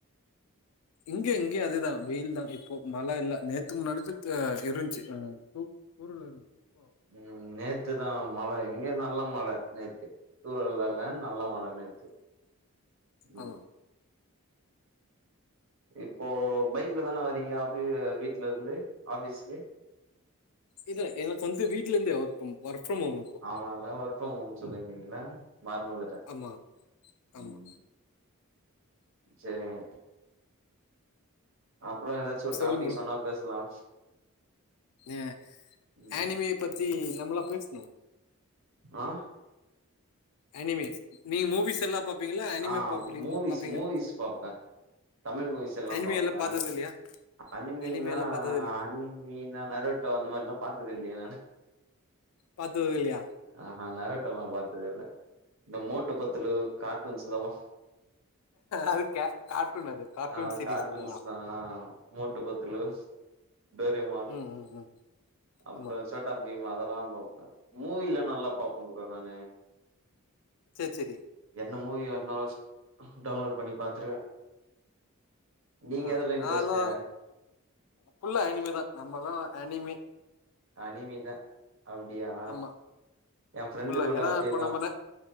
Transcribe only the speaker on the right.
ம் நேத்து தா மழ இங்க நல்ல மழ நேத்து தூரல்ல ல்ல நல்ல மழ நேத்து ம்
இப்போ பைக்ல தானே வரீங்க ஆஃபீ வீட்ல இருந்து ஆபீஸ்க்கு
ஆமா இல்ல ஒர்க் ஃப்ரம் ஹோம்னு சொல்லிருந்திங்களா மறந்து ட
ம் சேரிங்க அப்றோ ஏதாச்சு ஒரு
டாபிக்
சொன்னா பேசலா
ம்
ஆ
ஆ
மூவிஸ்
மூவிஸ் பாப்பே தமிழ் மூவிஸ் எல்லா
பாப்பே
அனிமீன்னா
அனிமீன்னா நரேட்டோ அந்த மாரில்லா பாத்ததில்லயே நானு
ஆஆ நரேட்டோல்லா பாத்ததில்ல இந்த மோட்டு பத்துலு கார்ட்டூன்ஸ்ல்லாமா
ஆ
கார்ட்டூன்ஸ்
தா மோட்டு பத்துலு, டோரியமான்
அப்பறோ
சோ ட்டா பீம் அதல்லா பாப்ப மூவிலா நல்லா பாப்ப ப்ரோ நானு
என்ன மூவி ஏர்னாலு டவுன்லோட் பண்ணி பாத்துருவே நீங்க
எதெல்லா
இன்ட்ரெஸ்ட்டு
அனிமீ தா அப்டியா
எ ஃப்ரெண்டு
கூட
அப்டியேதா